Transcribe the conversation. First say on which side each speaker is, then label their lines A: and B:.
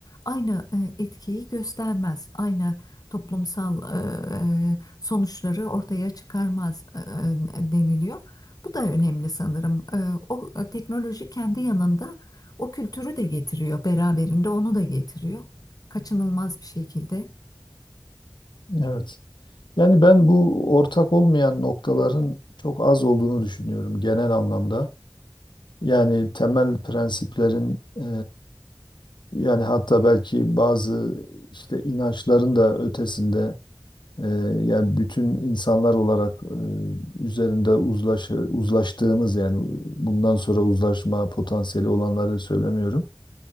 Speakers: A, on the left (about 55°); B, on the left (about 80°).
A: aynı e, etkiyi göstermez, aynı toplumsal e, sonuçları ortaya çıkarmaz e, deniliyor. Bu da önemli sanırım. E, o e, teknoloji kendi yanında o kültürü de getiriyor, beraberinde onu da getiriyor. Kaçınılmaz bir şekilde.
B: Evet. Yani ben bu ortak olmayan noktaların çok az olduğunu düşünüyorum genel anlamda. Yani temel prensiplerin e, yani hatta belki bazı işte inançların da ötesinde e, yani bütün insanlar olarak e, üzerinde uzlaşı, uzlaştığımız yani bundan sonra uzlaşma potansiyeli olanları söylemiyorum.